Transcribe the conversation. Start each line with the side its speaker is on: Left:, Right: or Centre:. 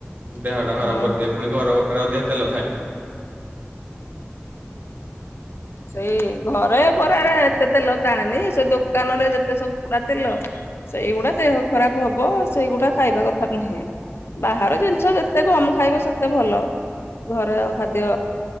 Right: ଦେହଟା ଖରାପ
Left: ହଁ
Right: କରିଦିଏ।
Left: ହଁ।
Right: ପୁଣି ଘର ବରାରେ ଅଧିକା ତେଲ ଥାଏ।
Left: ସେଇ ଘରେ ବରା ରେ ଏତେ ତେଲ ଟାଣେନି। ସେ ଦୋକାନ ରେ ଯେତେ ସବୁ ପୋଡା ତେଲ ସେଇଗୁଡା ଦେହ ଖରାପ ହବ, ସେଇଗୁଡା ଖାଇବା କଥା ନୁହେଁ। ବାହାର ଯିନ୍ ସ
Right: ହୁଁ
Left: ଯେତେ କମ୍ ଖାଇବ ସେତେ ଭଲ। ଘରେ ଖାଦ୍ୟ